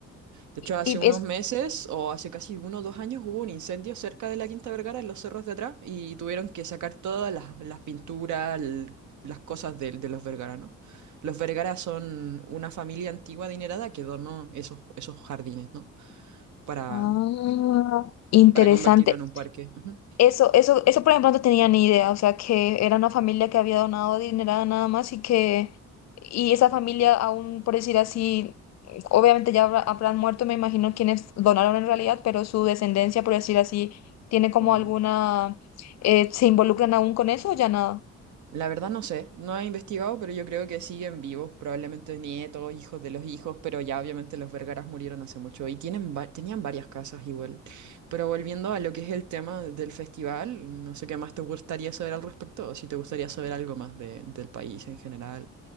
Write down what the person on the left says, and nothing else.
Y
es
ah, interesante.
Eso, eso, eso, por ejemplo, no tenía ni idea, o sea, que era una familia que había donado dinero nada más y que, y esa familia aún, por decir así, obviamente ya habrá- habrán muerto, me imagino, quienes donaron en realidad, pero su descendencia, por decir así, tiene como
alguna, eh, ¿se involucran aún con eso o ya nada?